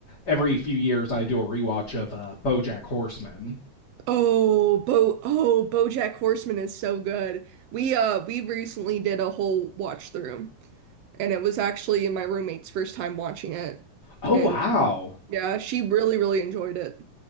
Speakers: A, on the left; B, on the right.
A: every few years I do a rewatch of uh, BoJack Horseman.
B: Oh, Bo oh, BoJack Horseman is so good. We uh we recently did a whole watch through and it was actually my roommate's first time watching it.
A: Oh
B: And
A: wow!
B: yeah, she really really enjoyed it.